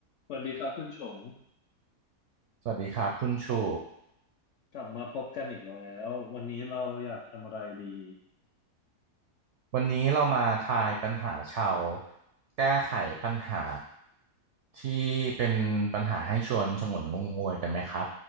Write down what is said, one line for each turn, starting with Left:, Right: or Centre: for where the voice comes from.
Left: สวัสดีครับคุณชง
Right: สวัสดีครับคุณชู
Left: กลับมาพบกันอีกแล้ววันนี้เราอยากทำอะไรดี
Right: วันนี้เรามาทายปัญหาชาวแก้ไขปัญหาที่เป็นปัญหาให้ชวนฉงนงงงวยกันไหมครับ